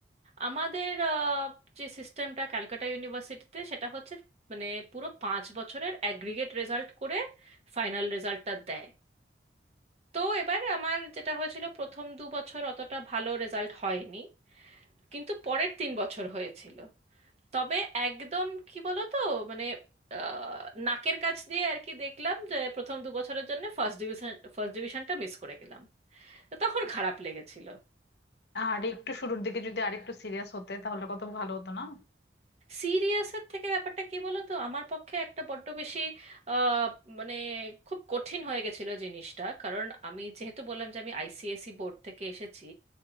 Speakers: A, on the right; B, on the left.
A: আমাদের আহ, যে সিস্টেমটা ক্যালকাটা ইউনিভার্সিটিতে সেটা হচ্ছে মানে পুরো পাঁচ বছরের অ্যাগ্রিগেট রেজাল্ট করে ফাইনাল রেজাল্টটা দেয় তো এবার আমার যেটা হয়েছিল প্রথম দু বছর অতটা ভালো রেজাল্ট হয়নি কিন্তু পরের তিন বছর হয়েছিল তবে একদম কি বলো তো মানে আহ, নাকের কাছ দিয়ে আর কি দেখলাম যে প্রথম দু বছরের জন্য ফার্স্ট ডিভিশন ফার্স্ট ডিভিশনটা মিস করে গেলাম তো তখন খারাপ লেগেছিল
B: আর একটু শুরুর দিকে যদি আরেকটু সিরিয়াস হতে তাহলে কত ভালো হতো না
A: সিরিয়াসের থেকে ব্যাপারটা কি বলো তো আমার পক্ষে একটা বড্ড বেশি আহ, মানে খুব কঠিন হয়ে গেছিল জিনিসটা কারণ আমি যেহেতু বললাম যে আমি আইসিএসই বোর্ড থেকে এসেছি